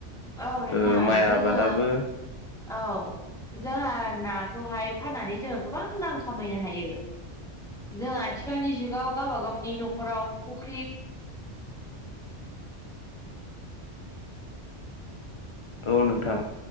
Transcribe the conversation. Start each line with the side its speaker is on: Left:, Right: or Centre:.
Centre: औ नोंथां
Left: ओ माइ
Centre: जोङो
Left: आबादाबो
Centre: औ जोंहा ना खौहाय फाननानै जोङो गोबां रां खामायनो हायो जों आथिखालनि जुगाव गावबा गावनि न'खराव फुख्रि <inaudible>
Left: औ नोंथां